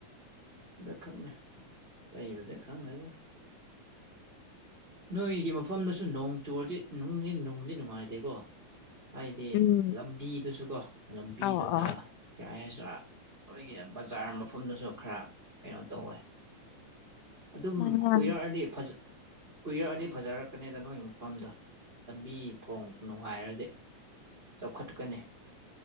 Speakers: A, on the right (about 20°); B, on the left (about 85°).
A: ꯑꯗ ꯈꯪꯛꯅꯦ ꯇꯩꯕꯨꯗꯤ ꯈꯪꯗꯦꯗ ꯅꯣꯏꯒꯤ ꯃꯐꯝꯗꯁꯨ ꯅꯣꯡ ꯆꯨꯔꯗꯤ ꯅꯨꯡꯗꯤ ꯅꯨꯡꯗꯤ ꯅꯨꯡꯉꯥꯏꯇꯦꯀꯣ ꯍꯥꯏꯗꯤ
B: ꯎꯝ
A: ꯂꯝꯕꯤꯗꯨꯁꯨꯀꯣ ꯂꯝꯕꯤꯗꯨꯒ
B: ꯑꯧ ꯑꯧ
A: ꯀꯩ ꯍꯥꯏꯁꯤꯔꯥ ꯑꯣꯏꯒꯤ ꯕꯖꯥꯔ ꯃꯐꯝꯗꯨꯁꯨ ꯈꯔ ꯀꯩꯅꯣ ꯇꯧꯋꯦ ꯑꯗꯨꯝ
B: ꯅꯪ ꯌꯥꯝ
A: ꯀꯨꯏꯔꯛꯑꯗꯤ ꯐꯖ ꯀꯨꯏꯔꯛꯑꯗꯤ ꯐꯖꯔꯛꯀꯅꯤꯗ ꯅꯣꯏꯒꯤ ꯃꯐꯝꯗꯣ ꯂꯝꯕꯤ ꯊꯣꯡ ꯅꯨꯡꯉꯥꯏꯔꯗꯤ ꯆꯥꯎꯈꯠꯀꯅꯤ